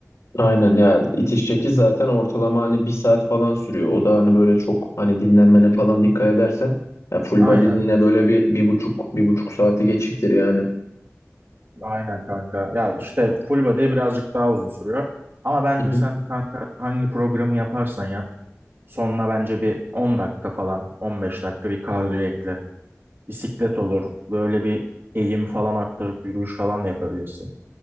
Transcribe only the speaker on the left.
aynen ya itiş çekiş zaten ortalama hani bir saat falan sürüyor. O da hani böyle çok hani dinlenmene falan dikkat edersen ya full
body'nin yine böyle bir, bir buçuk bir buçuk saati geçiktir yani.
Hı hı.